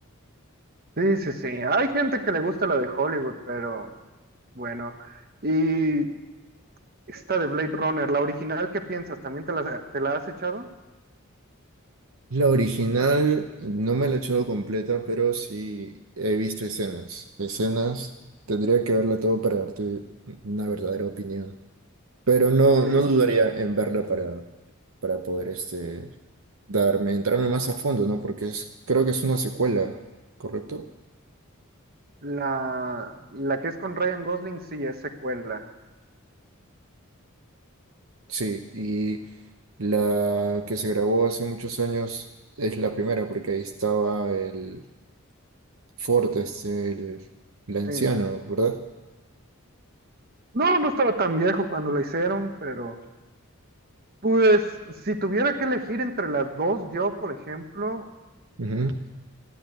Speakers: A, on the right; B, on the right.
A: sí, sí, sí. Hay gente que le gusta la de Hollywood, pero bueno. Y Esta de Blade Runner, la original, ¿qué piensas? ¿También te la, te la has echado?
B: La original no me la he echado completa, pero sí he visto escenas. Escenas, tendría que verla todo para darte una verdadera opinión. Pero no,
A: Ye-
B: no dudaría en verla para, para poder este, darme, entrarme más a fondo, ¿no? Porque es, creo que es una secuela, ¿correcto?
A: La, la que es con Ryan Gosling, sí, es secuela.
B: Sí, y la que se grabó hace muchos años es la primera, porque ahí estaba el Ford, este, el, el anciano,
A: Sí.
B: ¿verdad?
A: No, no estaba tan viejo cuando la hicieron, pero pues si tuviera que elegir entre las dos, yo, por ejemplo,
B: Ujú,